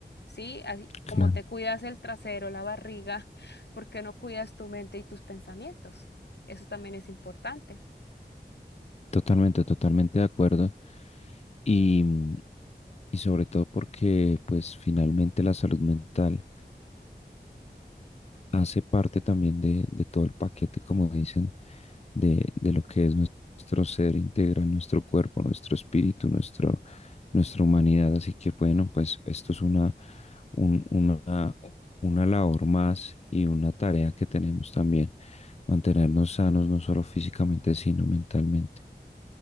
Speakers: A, on the left; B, on the left.
A: Sí, así como
B: Claro.
A: te cuidas el trasero, la barriga, <laughs> ¿por qué no cuidas tu mente y tus pensamientos? Eso también es importante.
B: Totalmente, totalmente de acuerdo. Y, mm, y sobre todo porque pues finalmente la salud mental hace parte también de, de todo el paquete, como dicen, de, de lo que es nuestro ser integral, nuestro cuerpo, nuestro espíritu, nuestro, nuestra humanidad. Así que bueno, pues esto es una, un- una, una labor más y una tarea que tenemos también, mantenernos sanos no solo físicamente, sino mentalmente.